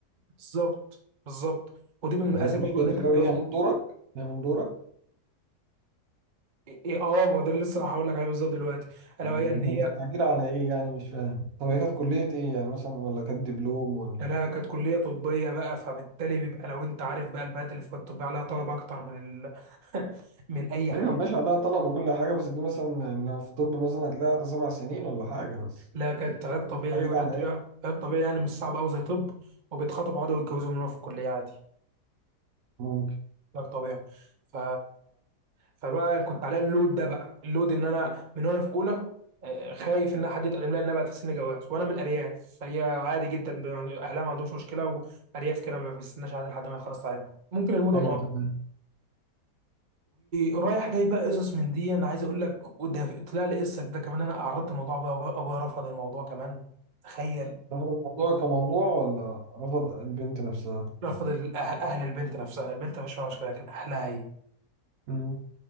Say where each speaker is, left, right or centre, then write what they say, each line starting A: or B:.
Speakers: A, on the right; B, on the right.
A: بالظبط بالظبط ودي من المقاسي
B: لا
A: برضو
B: مش بدري
A: ان انت تتجوز
B: أوي هي من دورك هي من دورك
A: إيه اه ما هو ده اللي لسه هقول لك عليه بالظبط دلوقتي الا
B: مم.
A: وهي ان
B: هي
A: هي
B: مستعجلة على إيه يعني مش فاهم طب هي كانت كلية إيه يعني مثلا ولا كانت دبلوم ولا
A: لا كانت كليه طبيه بقى فبالتالي بيبقى لو انت عارف بقى البنات اللي في الكليه الطبيه عليها طلب اكتر من ال... من اي
B: أيوة
A: حاجه
B: ماشي عليها طلب وكل حاجة بس دي مثلا يعني لو في طب مثلا هتلاقيها ده سبع سنين ولا حاجة بس
A: لا كانت علاج طبيعي
B: مستعجلة
A: والعلاج
B: على
A: طبيعي
B: إيه
A: علاج طبيعي يعني مش صعب قوي زي طب وبيتخطبوا عادي ويتجوزوا من هو في الكليه عادي
B: ممكن
A: علاج طبيعي ف فبقى كنت عليا اللود ده بقى اللود ان انا من وانا في اولى آه، خايف ان حد يتقدم لي انها بقى سن جواز وانا من ارياف فهي عادي جدا ب- يعني اهلها ما عندهمش مشكله وارياف كده ما بيستناش عادي لحد ما يخلص تعليمها ممكن المدن
B: أيوة
A: اه
B: تمام
A: ورايح جاي بقى قصص من دي انا عايز اقول لك وده طلع لي قصه ده كمان انا عرضت الموضوع ابويا أبويا- أبويا رفض الموضوع كمان تخيل
B: رفض الموضوع كموضوع ولا رفض البنت نفسها
A: رفض الأه- اهل البنت نفسها البنت مفيش فيها مشكله لكن اهلها هي
B: مم.